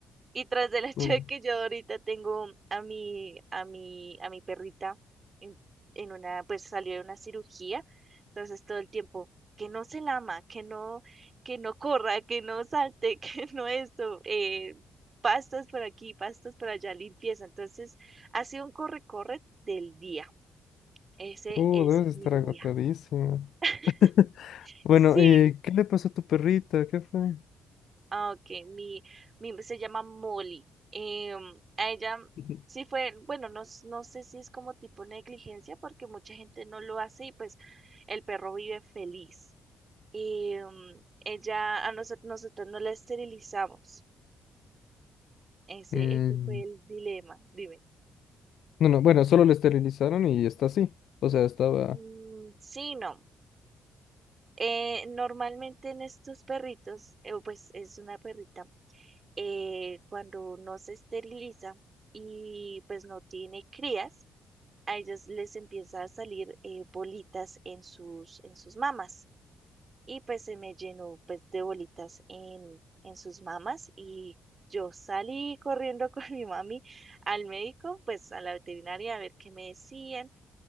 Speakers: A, on the right; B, on the left.
A: Y tras del hecho
B: Uh,
A: de que yo ahorita tengo a mi, a mi, a mi perrita en, en una, pues salió de una cirugía, entonces todo el tiempo, que no se lama, que no, que no corra, que no salte, <laughs> que no esto, eh, pastas por aquí, pastas por allá, limpieza. Entonces, ha sido un corre-corre del día. Ese
B: uh,
A: es
B: debes
A: mi
B: estar agotadísimo.
A: día. <laughs>
B: <laughs> Bueno,
A: Sí,
B: eh, ¿qué le pasó a tu perrita? ¿Qué fue?
A: Ah, ok, mi, mi se llama Molly. Em, a ella
B: <laughs>
A: sí fue, bueno, no, s- no sé si es como tipo negligencia, porque mucha gente no lo hace y pues el perro vive feliz. Em, ella, a nosotros, nosotros no la esterilizamos. Ese,
B: Mm,
A: ese fue el dilema, dime.
B: no, no, bueno, solo le esterilizaron y está así. O sea, estaba...
A: Mm, sí, no. Eh, normalmente en estos perritos, eh, pues es una perrita. eh, cuando no se esteriliza y pues no tiene crías, a ellas les empieza a salir eh, bolitas en sus, en sus mamas. Y pues se me llenó pues de bolitas en, en sus mamas y yo salí corriendo <laughs> con mi mami al médico, pues a la veterinaria a ver qué me decían,